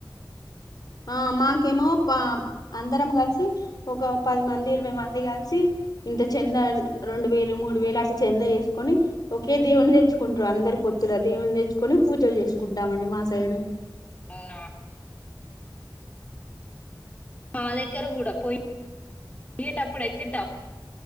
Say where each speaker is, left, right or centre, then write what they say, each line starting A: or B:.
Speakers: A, on the left (about 55°); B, on the left (about 20°).
A: ఆ మాకేమో బ అందరం కలిసి ఒక పది మంది ఇరవై మంది కలిసి ఇంత చెంద రెండు వేలు మూడు వేలు అటు చెంద వేసుకొని ఒకే దేవుని తెచ్చుకుంటారు అందరి పొత్తుల దేవుని తెచ్చుకొని పూజలు చేసుకుంట టామండి మా సైడు
B: అవునా మాదే తేరా కూడా పోయి. వెళ్లేటప్పుడు అయితే డప్